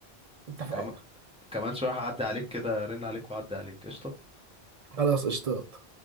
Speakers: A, on the right (about 40°); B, in the centre.
A: اتفقنا
B: كم... كمان شوية هعدي عليك كده رن عليك وعدي عليك قشطة
A: خلاص اشتاط